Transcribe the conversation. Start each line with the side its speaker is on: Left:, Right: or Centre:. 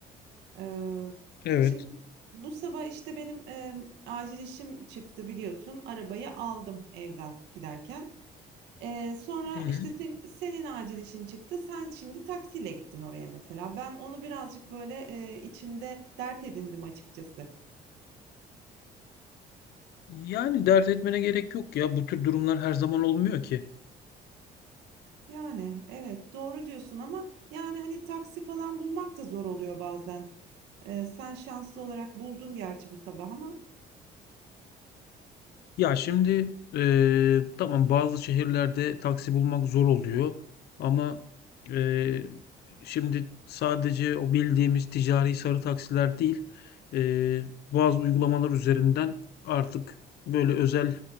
Right: Ee,
Left: Evet.
Right: şimdi bu sabah işte benim e, acil işim çıktı biliyorsun. Arabayı aldım evden giderken. Ee, sonra
Left: Hı hı.
Right: işte sen- senin acil işin çıktı. Sen şimdi taksiyle gittin oraya mesela. Ben onu birazcık böyle e, içimde dert edindim açıkçası.
Left: Yani dert etmene gerek yok ya. Bu tür durumlar her zaman olmuyor ki.
Right: Yani evet doğru diyorsun ama yani hani taksi falan bulmak da zor oluyor bazen. Ee, sen şanslı olarak buldun gerçi bu sabah ama
Left: Ya şimdi eee, tamam bazı şehirlerde taksi bulmak zor oluyor. Ama eee, şimdi sadece o bildiğimiz ticari sarı taksiler değil, eee, bazı uygulamalar üzerinden artık böyle özel